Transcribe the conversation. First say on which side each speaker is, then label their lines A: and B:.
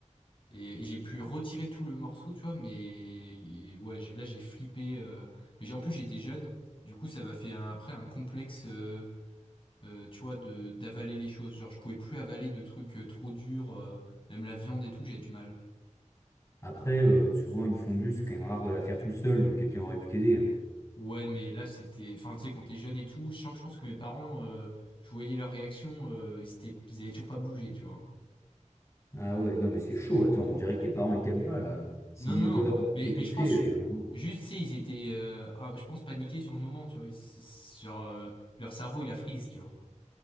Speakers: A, on the left; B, on the left.
A: Et, et j'ai pu retirer tout le morceau, tu vois, mais et ouais, j'ai- là j'ai flippé. euh, mais j'ai- en plus j'étais jeune, du coup ça m'a fait un- après un complexe, euh, euh, tu vois, de d'avaler les choses. Genre je pouvais plus avaler de trucs euh, trop durs, euh, même la viande et tout, j'ai du mal.
B: Après, euh, souvent, une fondue, c'est quand même rare de la faire tout seul, donc quelqu'un aurait pu t'aider. hein.
A: Ouais, mais là c'était, enfin tu sais, quand t'es jeune et tout, je sens que je pense que mes parents, euh, je voyais leur réaction, euh, ils étaient, ils avaient toujours pas bougé, tu vois.
B: Ah ouais, non, mais c'est chaud, attends, on dirait que tes parents, ils t'aiment pas, là. S'ils
A: Non, non,
B: voient
A: mais
B: étouffé,
A: mais je pense
B: euh, il y a un moment.
A: juste, c'est ils étaient, euh, ah, je pense paniqués sur le moment, tu vois, ils- c'est- genre euh, leur cerveau il a freeze, tu vois.